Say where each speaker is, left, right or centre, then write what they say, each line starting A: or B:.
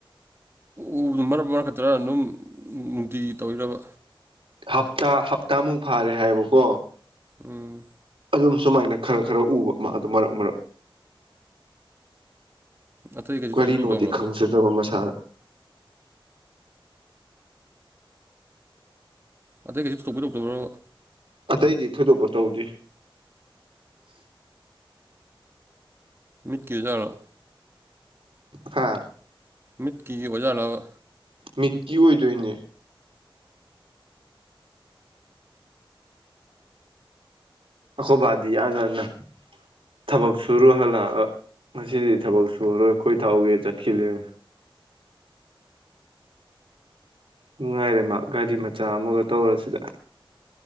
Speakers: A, on the right (about 25°); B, on the right (about 75°).
A: ꯎꯕꯗꯣ ꯃꯔꯛ ꯃꯔꯛꯈꯛꯇ꯭ꯔꯥ ꯑꯗꯨꯝ ꯅꯨꯡꯇꯤ ꯇꯧꯔꯤꯔꯕ
B: ꯍꯞꯇꯥ ꯍꯞꯇꯥꯃꯨꯛ ꯐꯥꯔꯦ ꯍꯥꯏꯌꯦꯕꯀꯣ
A: ꯎꯝ
B: ꯑꯗꯨꯝ ꯁꯨꯃꯥꯏꯅ ꯈꯔ ꯈꯔ ꯎꯕ ꯃꯥ ꯑꯗꯨ ꯃꯔꯛ ꯃꯔꯛ
A: ꯑꯇꯩ ꯀꯩꯁꯨ ꯊꯣꯏꯗꯣꯛꯄ
B: ꯀꯔꯤꯅꯣꯗꯤ
A: ꯇꯧꯗꯕ꯭ꯔꯣ
B: ꯈꯪꯖꯗꯕ ꯃꯁꯥꯗ
A: ꯑꯇꯩꯩ ꯀꯩꯁꯨ ꯊꯣꯏꯗꯣꯛꯄ ꯇꯧꯗꯕ꯭ꯔꯥ
B: ꯑꯇꯩꯗꯤ ꯊꯣꯏꯗꯣꯛꯄ ꯇꯧꯗꯦ
A: ꯃꯤꯠꯀꯤ ꯑꯣꯏꯖꯥꯠꯔꯣ
B: ꯍꯥ
A: ꯃꯤꯠꯀꯤ ꯑꯣꯏꯖꯥꯠꯂꯕ
B: ꯃꯤꯠꯀꯤ ꯑꯣꯏꯗꯣꯏꯅꯦ ꯑꯈꯣꯕꯗꯤ ꯑꯅꯥꯅꯥ ꯊꯕꯛ ꯁꯨꯔꯨ ꯍꯜꯂꯛꯑꯒ ꯉꯁꯤꯗꯤ ꯊꯕꯛ ꯁꯨꯔꯔꯣꯏ ꯈꯣꯏ ꯊꯥꯎꯒꯤ ꯆꯠꯈꯤꯕꯅꯦ ꯅꯨꯡꯉꯥꯏꯔꯦ ꯃꯥ ꯒꯥꯔꯤ ꯃꯆꯥ ꯑꯃꯒ ꯇꯧꯔꯁꯤꯗ